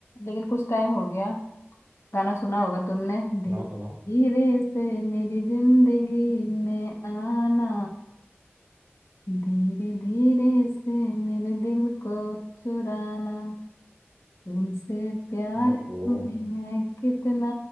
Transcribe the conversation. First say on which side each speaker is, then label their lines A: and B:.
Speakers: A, on the left (about 75°); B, on the right (about 60°).
A: लेकिन कुछ टाइम हो गया गाना सुना होगा तुमने धी-
B: सुनाओ
A: धीरे
B: सुनाओ
A: से मेरी जिंदगी में आना धीरे धीरे से मेरे दिल को चुराना तुमसे प्यार
B: ओहो
A: में है कितना